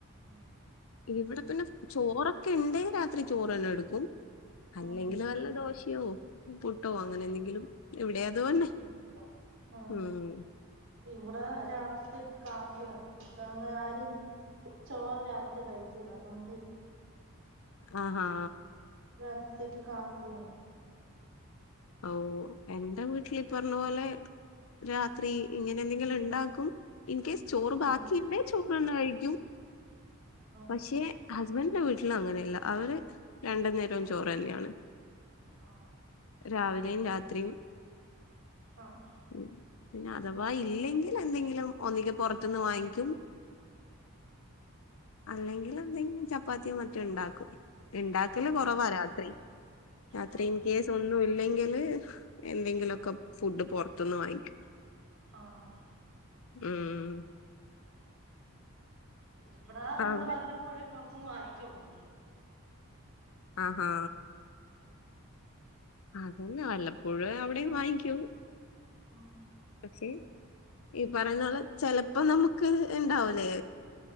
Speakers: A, on the right; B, on the left.
A: ഉം
B: ഇവടെ പിന്നെ ചോറൊക്കെ ഇണ്ടെ രാത്രി ചോറന്നെ എടു ക്കും. അല്ലെങ്കിൽ
A: ഉം
B: വല്ല ദോശയോ പുട്ടോ അങ്ങനെ എന്തെങ്കിലും ഇവിടെ അതുപോന്നെ
A: ഉം ആഹ്
B: ഉം
A: ഇവിടെ രാത്രിത്തേക്ക് കാപ്പിയാണ് ഇവിടെ അങ്ങനാരും ചോറ് രാത്രി കഴിക്കൂല അതുകൊണ്ട്
B: ആഹാ
A: രാത്രിത്തേക്ക് കാപ്പിയാണ്
B: ഓഹ് എന്റെ വീട്ടിൽ ഈ പറഞ്ഞ പോലെ രാത്രി ഇങ്ങനെ എന്തെങ്കിലും ഉണ്ടാക്കും ഇൻകേസ് ചോറ്
A: ആഹ്
B: ബാക്കിയുണ്ടേ ചോറന്നെ കഴിക്കും
A: ആഹ്
B: പക്ഷെ ഹസ്ബന്റിന്റെ വീട്ടിലങ്ങനെയല്ല അവര് രണ്ട് നേരവും ചോറന്നെയാണ്.
A: ആഹാ
B: രാവിലെയും, രാത്രിയും.
A: ആഹാ ആഹാ..
B: ഉം പിന്നെ അഥവാ ഇല്ലെങ്കിൽ- എന്തെങ്കിലും ഒന്നെങ്കെ പുറത്തു നിന്ന് വാങ്ങിക്കും. അല്ലെങ്കിൽ എന്തെങ്കിലും- ചപ്പാത്തിയും മറ്റും ഉണ്ടാക്കും. ഉണ്ടാക്കല്
A: ആഹ്
B: കൊറവാ രാത്രി, രാത്രി
A: ആഹ്
B: ഇൻ കേസ്- ഒന്നും ഇല്ലെങ്കില് എന്തെങ്കിലൊക്കെ- ഫുഡ് പുറത്തു നിന്ന് വാങ്ങിക്കും.
A: ആഹ്
B: ഉം...
A: ഇവിടാ നമ്മള്
B: അവിടെ
A: വല്ലപ്പോഴേ- പുറത്തൊന്ന് വാങ്ങിക്കുള്ളൂ.
B: ആഹാ ആഹാ...
A: ഓ...
B: അതന്നെ വല്ലപ്പോഴേ അവിടെയും വാങ്ങിക്കൂ.
A: ഉം....
B: പക്ഷെ ഈ പറയുന്ന പോലെ- ചെലപ്പോ നമുക്ക് ഇണ്ടാവൂലേ?